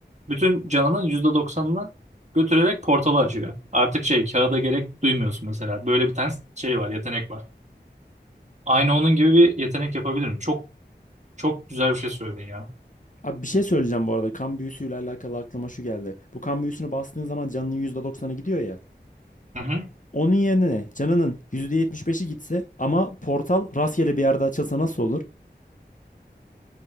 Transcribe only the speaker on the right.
Bütün canının yüzde doksanını götürerek portalı açıyor. Artık şey kağıda gerek duymuyorsun mesela. Böyle bir tane şey var, yetenek var. Aynı onun gibi bir yetenek yapabilirim. Çok çok güzel bir şey söyledin ya.
Hı hı.